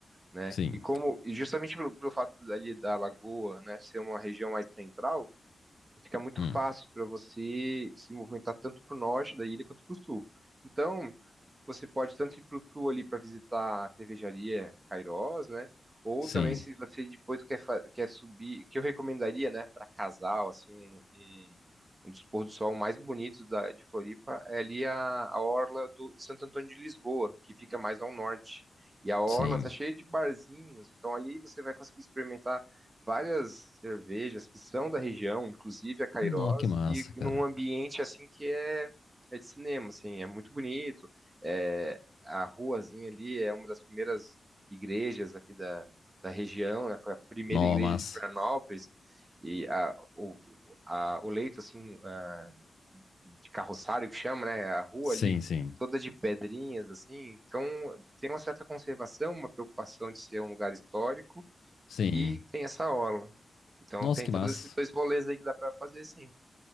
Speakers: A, on the right (about 20°); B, on the left (about 80°).
A: né?
B: sim.
A: E como, e justamente pelo, pelo fato ali da Lagoa, né, ser uma região mais central, fica muito
B: Hum,
A: fácil para você se movimentar tanto para o norte da ilha quanto para o sul. Então, você pode tanto ir para o sul ali para visitar a cervejaria Cairós, né? Ou
B: sim,
A: também se você depois quer, fa- quer subir, que eu recomendaria, né, para casal, assim, um, um, um dos pôr do sol mais bonitos da, de Floripa é ali a, a orla do, de Santo Antônio de Lisboa, que fica mais ao norte. E a orla
B: sim.
A: tá cheia de barzinhos, então ali você vai conseguir experimentar várias cervejas que são da região, inclusive a Cairós,
B: Nó, que massa,
A: e num
B: cara.
A: ambiente assim que é, é de cinema, assim, é muito bonito. É, a ruazinha ali é uma das primeiras igrejas aqui da, da região, né? Foi a primeira
B: Nó,
A: igreja
B: massa.
A: de Florianópolis e a, o, a, o leito assim a, de carroçário que chama, né? É A rua
B: Sim,
A: ali
B: sim,
A: toda de pedrinhas assim, então tem uma certa conservação, uma preocupação de ser um lugar histórico
B: sim.
A: e tem essa aula Então
B: Nossa,
A: tem
B: que
A: todos
B: massa.
A: esses dois rolês aí que dá pra fazer sim.